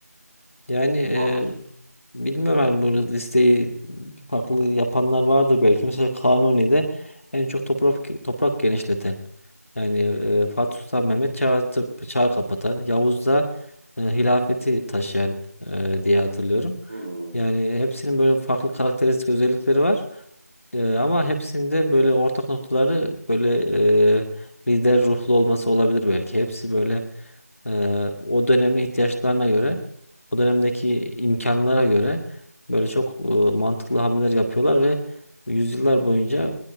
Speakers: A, on the left; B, on the right.
A: Yani e,
B: Fatih Sultan
A: bilmiyorum hani bu listeyi farklı yapanlar vardır belki. Mesela Kanuni'de en çok toprak toprak genişleten. Yani e, Fatih Sultan Mehmet çağ, tıp- çağ kapatan. Yavuz'da e, hilafeti taşıyan e, diye hatırlıyorum.
B: Hmm,
A: Yani hepsinin böyle farklı karakteristik özellikleri var. Ee, ama hepsinde böyle ortak noktaları böyle e, lider ruhlu olması olabilir belki. Hepsi böyle e, o dönemin ihtiyaçlarına göre, o dönemdeki imkanlara göre böyle çok e, mantıklı hamleler yapıyorlar ve yüzyıllar boyunca